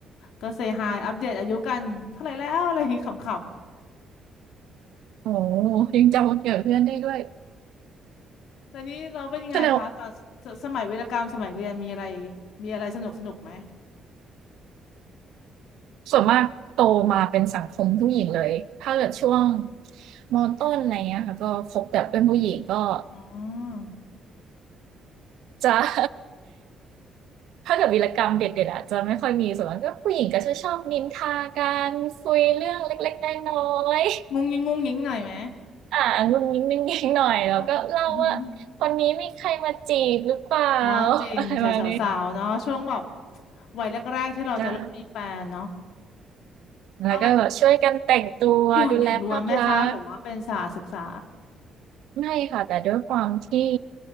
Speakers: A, on the left (about 70°); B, on the right (about 75°).
A: ก็เซฮายอัปเดตอายุกันเท่าไหร่แล้วอะไรอย่างงี้ขำ
B: โอ้โฮยังจำวันเกิดเพื่อนได้ด้วย
A: แล้วนี้เราเป็นยังไงคะตอนสสมัยวีรกรรมสมัยเรียนมีอะไร
B: แสดงว่า
A: มีอะไรสนุกสนุกไหม
B: ส่วนมากโตมาเป็นสังคมผู้หญิงเลยถ้าเกิดช่วงมต้นอะไรเงี้ยค่ะก็คบแต่เพื่อนผู้หญิงก็
A: อ๋อ
B: จะ <laughs> ถ้าเกิดวีรกรรมเด็ดๆอะจะไม่ค่อยมีส่วนมากก็ผู้หญิงก็จะชอบนินทากันคุยเรื่องเล็กๆน้อยๆ
A: งุงยิงงุงยิงหน่อยไหม
B: <laughs> อ่างุนงิงๆหน่อยแล้วก็เล่าว่าคนนี้มีใครมาจีบหรือเปล่า
A: ใช่พวกอือหืออ๋อจริงชายสาวๆเนาะช่วงแบบ
B: <laughs> อะไรประมาณนี้
A: วัยแรกๆที่เราจะเริ่มมีแฟนเนาะ
B: จ้าแล้วก็แบบช่วยกันแต่งตัวดูแลภาพลักษณ์
A: ว่ามันอยู่หญิงล้วนไหมคะหรือว่าเป็นสาวศึกษา
B: ไม่ค่ะแต่ด้วยความที่